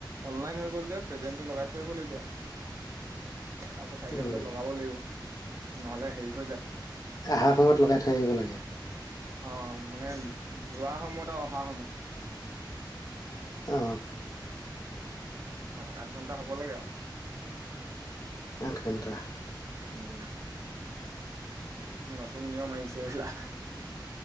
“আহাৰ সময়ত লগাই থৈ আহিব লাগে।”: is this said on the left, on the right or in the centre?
Left